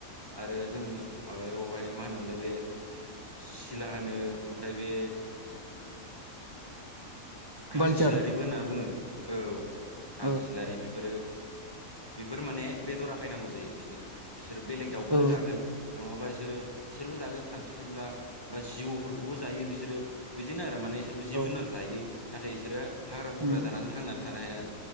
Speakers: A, on the left; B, on the right.
A: आरो जों माबायावहाय मा होनोमोनलाय बे सिला होनो ओमफ्राय बे हांसो
B: बालचार
A: सिलारिबो होननानै बुङो औ हांसो
B: औ
A: सिलारि बेफोरो बेफोर माने बेदरााखायनांगौ जायो बिसोरनो बिसोरो बेलेग दाउखौनो
B: औ
A: जागोन नङाबा बिसोरो बिसोरबो जागोन खानस्रि खनला बा जिबौफोरखौबो जायो बिसोरो बिदिनो आरो माने बिसोरबो जिब
B: औ
A: जुनार जायो नाथाय बिसोरो हाग्रा बुग्रा
B: उम
A: जानानै थांनानै थानो हाया आरो